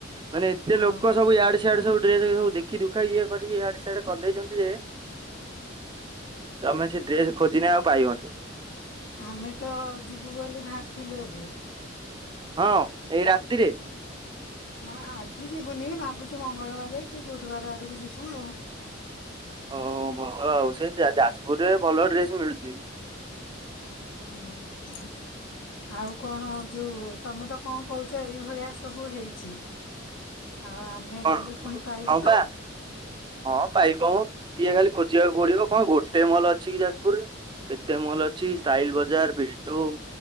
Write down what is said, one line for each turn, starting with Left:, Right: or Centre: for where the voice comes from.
Right: ମାନେ ଏତେ
Left: ହଁ
Right: ଲୋକ ସବୁୟାଡେ ସୀୟାଡେ ସବୁ ସବୁ ଦେଖି ଦୁଖା ଇଏ କରିକି ଆଡେ ସିଆଡେ କରିଦେଇଛନ୍ତି ଯେ ତମେ ସେ ଡ୍ରେସ ଖୋଜିିଲେ ଆଉ ପାଇବନି।
Left: ଆମେ। ତ ଯିବୁ ବୋଲି ଭାବିଥିଲୁ ଏବେ ବେ
Right: ହଁ ଏଇ ରାତିରେ।
Left: ନା ଆ ଆଜି ଯିବୁନି ଭାବୁଛୁ ମଙ୍ଗଳବାର କି ଗୁରୁବାର ଆଡକୁ ଯିବୁ। ଗୁରୁ।
Right: ଓ ଭଲ ଆଉ ସେ ଯାଜପୁରରେ ଭଲ ଡ୍ରେସ୍ ମିଳୁଛି।
Left: ହଁ ହୁଁ। ଆଉ କଣ ହଉ ଯୋଉ ତମେ ତ କଣ କହୁ ତ ଏଇଭଳିଆ ସବୁ ହେଇଛି। ଆଉ ଆମେ
Right: କଣ,
Left: ଗଲେ ପୁଣି ପାଇବୁ
Right: ହଁ
Left: ତ
Right: ବା ହଁ ପାଇବ, ଟିକେ ଖାଲି ଖୋଜିବାକୁ ପଡିବ କଣ କୋଉଠି। କେତେ ମଲ୍ ଅଛି କି ଯାଜପୁରରେ, କେତେ ମଲ୍ ଅଛି ଷ୍ଟାଇଲ ବଜାର, ଭି ଟୁ।